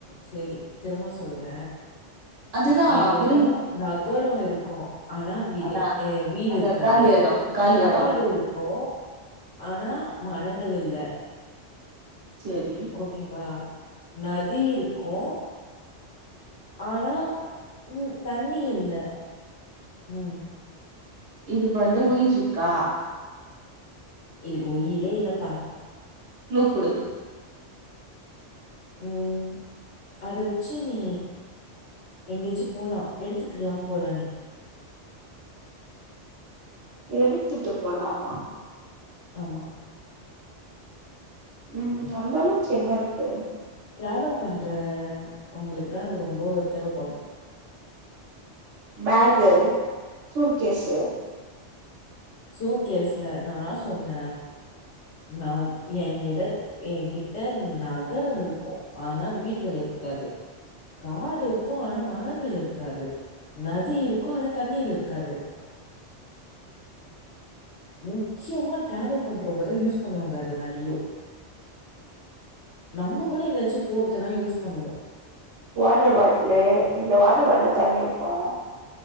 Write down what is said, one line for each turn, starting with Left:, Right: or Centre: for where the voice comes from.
Left: சேரி திரும்ப சொல்ற
Right: அதுதான்
Left: என்னிடம்
Right: புரியுது
Left: நகரொ இருக்கு ஆனா விடு
Right: அந்த
Left: வீடு
Right: அந்த
Left: இருக்காது
Right: காலி எடம் காலி
Left: காடு
Right: எடம் அப்போ
Left: இருக் கொ ஆனா மரங்கள் இல்ல
Right: செரி
Left: ஓகேவா நதி இருக்கு ஆனா ம் தண்ணி இல்ல ம்
Right: இதுக்கு வந்து உயிர்ருக்கா
Left: இதுக்கு உயிரே இல்லப்பா
Right: க்லூக்குடு
Left: ம் அத வச்சி நீ எங்கோயாச்சி போலா எடுத்துக்கலா போலா நீ
Right: எடுத்துட்டு போலாமா
Left: ஆமா
Right: ம் அந்த அளவுக் என்ன இருக்கு
Left: டிராவல் பண்ற உங்ளுக்கு தா அது ரொம்போ தேவபடு
Right: பேகு சுர்கேஸு
Left: சூட்கேஸ்ல நானா சொன்ன நா என்னிடத் ஏ கிட் ட்டநகரோ இருக்கு ஆனா வீடுகள் இருக்காது காடு இருக்கு ஆனா மரங்கள் இருக்காது நதி இருக்கு ஆனா தண்ணீர் இருக்காது
Right: <inaudible>
Left: முக்கியமா ட்ராவல் பண்றவங்கதா யூஸ் பண்ணுவாங்க அத நறியோ நம்ம கூட எங்காச்சு போறதுனா யூஸ் பண்ணுவோ
Right: வாட் ரு பாட்லு இல்ல வாட்ரு பாட்லு தண்ணி இருக்கு